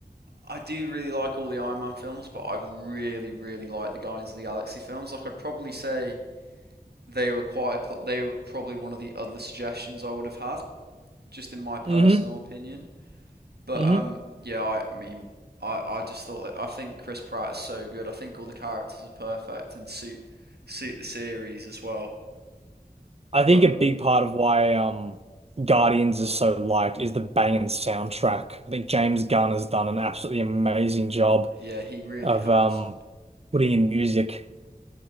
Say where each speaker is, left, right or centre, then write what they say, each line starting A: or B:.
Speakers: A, on the right; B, on the right.
A: I do really like all the Iron Man films, but I really, really like the Guardians of the Galaxy films. Like I'd probably say they were quite, they were probably one of the other suggestions I would have had, just in my personal
B: hmm
A: opinion. But
B: hmm
A: um, yeah, I mean, I, I just thought that I think Chris Pratt is so good. I think all the characters are perfect and suit suit the series as well.
B: I think
A: But
B: a big part of why um Guardians is so liked is the banging soundtrack. I think James Gunn has done an absolutely amazing job
A: yeah, he really
B: of
A: has.
B: um putting in music.